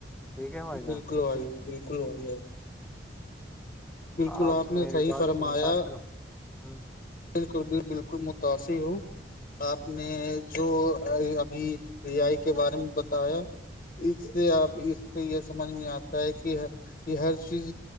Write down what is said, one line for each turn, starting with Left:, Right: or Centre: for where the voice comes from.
Centre: ٹھیک ہے بھائی جان
Left: بالکل بھائی بالکل بھائی بالکل
Centre: آپ
Left: نے
Centre: میری
Left: صحیح
Centre: بات
Left: فرمایا
Centre: سے متاثر ہ ہ
Left: بالکل بھی بالکل متاثر ہوں آپ نے جو ابھی ریاائی کے بارے میں بتایا اس سے اب اس سے یہ سمجھ میں آتا ہے کہ یہ ہر چیز